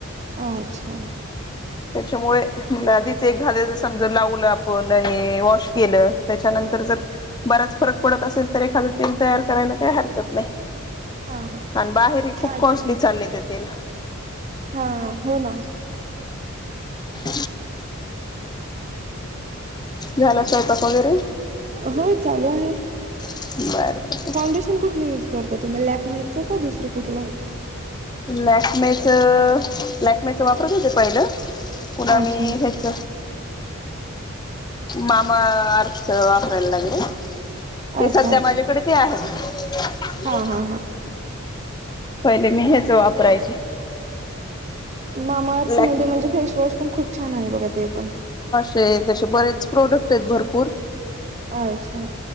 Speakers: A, on the right; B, on the left.
A: अच्छा.
B: त्याच्यामुळे म्ह <unintelligible> आधीच एकखाद्या ज समजा लावलं आपण वॉश केलं. त्याच्यानंतर जर बराच फरक पडत असेल, तर एखादं तेल तयार करायला काही हरकत नाही.
A: हा हा
B: आणि बाहेरही खूप
A: हा
B: कॉस्टली
A: ते
B: चाललेत तेल.
A: हा हो ना
B: <inaudible> झाला स्वयंपाक वगैरे?
A: हो चालू आहे,
B: बर बर
A: फाउंडेशन कुठली युज करत तुम्ही लॅकमेच का दुसरं कुठलं?
B: लॅकमेचं लॅकमेच वापरत होते पहिलं. पुन्हा
A: अच्छा
B: मी हेच मामा- स वापरायला लागले ते
A: अच्छा
B: सध्या माझ्याकडे ते आहे. <unintelligible>
A: हां हां
B: पहिले मी हेच वापरायचे.
A: मामा अर्थ
B: लॅक्मे
A: मध्ये म्हणजे फेसवॉश पण खूप छान आहे बघा, ते पण
B: ते तसे बरेच प्रोडक्ट आहेत, भरपूर
A: अच्छा.